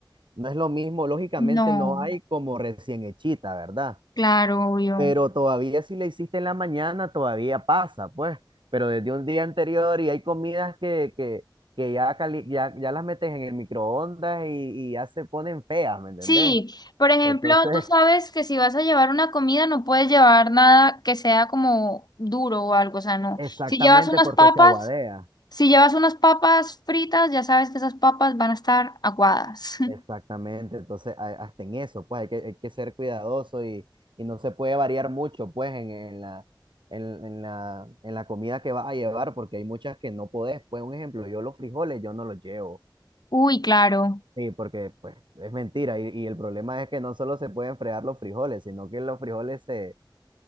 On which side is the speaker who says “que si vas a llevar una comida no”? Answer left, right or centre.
Left